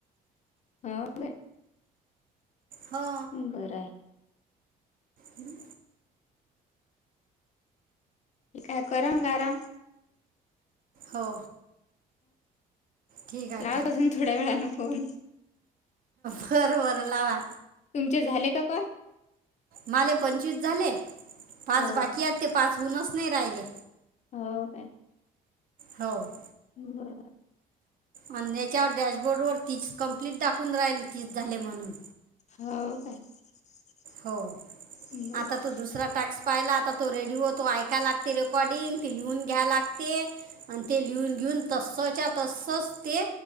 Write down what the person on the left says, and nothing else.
बापरे!
बरं हाय.
ठीक आहेय कर गाराम.
लावत अजून थोड्या वेळान फोन.
तुमचे झाले का कॉल?
हो
काय
हो काय?
बर <unintelligible>
हो काय? <inaudible>
बरं